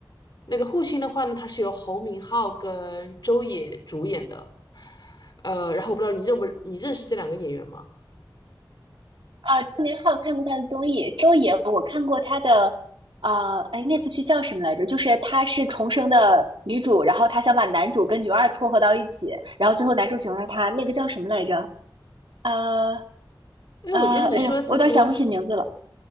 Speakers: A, on the left (about 55°); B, on the right (about 85°).
A: 那个护心的话呢，它是由侯明昊跟周也主演的，呃，然后我不知道你认不你认识这两个演员吗？
B: 啊，郑明浩看过他的综艺，周也我看过他的，呃，哎，那部剧叫什么来着？就是他是重生的女主，然后他想把男主跟女二撮合到一起，然后最后男主喜欢上她，那个叫什么来着？呃
A: 哎，
B: 呃，
A: 我觉得你说的这部
B: 哎呀，我有点想不起名字了。